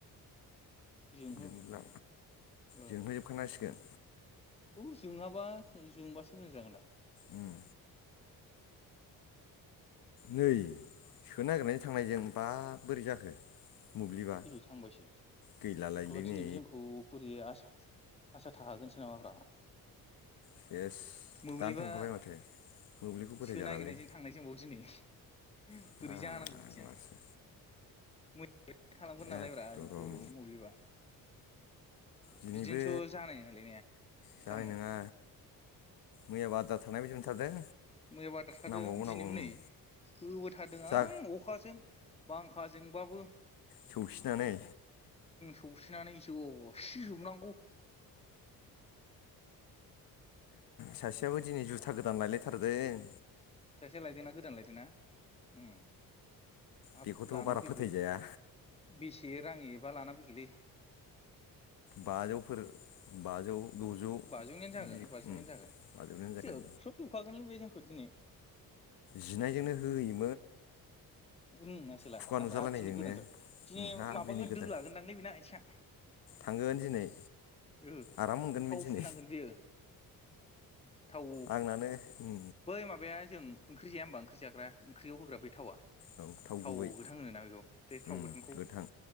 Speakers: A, on the left; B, on the left.
A: जोंहो
B: जोंला
A: ओ।
B: जोंहोजोबखानांसिगोन
A: औ जोङाबा जोंबासो मोजां जागोनदा।
B: उम नै सोनो नागिरनायनि थांनायजों। बा बोरै जाखो। मोब्लिबा
A: इनै थांबायसो
B: गैलालायलै
A: गथ'बा
B: नै
A: दिनैबो जोंखौ बोरै आसा आसा थाहागोनसो नामाब्रा।
B: सेस
A: मोब्लिबा
B: दानो थांखाबाय माथो मोब्लिबखौ फोथायजालालै
A: सोनो नागिरनायजों थांनायजोंबाव दिनै। हो
B: फाग्लासो
A: बोरैजानांगौ बिदिजों। <unintelligible> खालामगोन नालाय
B: एकदरम
A: ब्रा जोंखौ मोब्लिबा।
B: दिनैबो
A: बिदिजोंथ' जानाय नोङालै ने
B: जानाय
A: काहानिया।
B: नङा मैयाबो आद्रा थानाय बायदि मोनथारदों।
A: मैयाबो आद्रा थादों
B: नांबावगौ
A: दिनैबो
B: नांबावगौ उम
A: नै होबोथारदों
B: जा
A: आं अखाजों बांखाजोंबाबो।
B: सौसिनानै
A: सौसिनानै जसिजोबनांगौ।
B: सासेयाबो दिनै जुथा गोदान लायलायथार। थादेन।
A: सासेया लायदोंना गोदान लायदों ना? उम हाब
B: बेखौथ'
A: लाना
B: बारा
A: फैग्रो
B: फोथायजाया
A: बेसे रां एबा लाना फैखोलै?
B: बाजौफोर बाजौ। द'जौ
A: बाजौनियानो जागोन-बाजौनियानो
B: बिदि उम
A: जागोन
B: बाजौनो जागोन
A: जोबख्रुबजोबखागोनलै बे जों। ओदिनै।
B: जिनायजोंनो होयोम
A: उम आसोला
B: खुगा
A: हासा
B: नुजालायनायजोंनो
A: आ दिनै गोदानसो दिनै
B: हाब
A: माबागोन
B: दिनै गोदान
A: दोलागोनदांलै बेना आइथिंआ।
B: थांगोन दिनै।
A: ओ
B: आराम मोनगोन
A: थाव
B: बे दिनै
A: फुननांगोन बियो थाव
B: आंनानो उम
A: बै माबाया। जों ओंख्रि जाया ओमबा ओख्रि जाग्रा ओंख्रियाव होग्रा बै थावा।
B: औ
A: थाव
B: गुबै
A: गोथां होनोना बेखौ बे थाव
B: उम
A: गोथांखौ
B: गोथां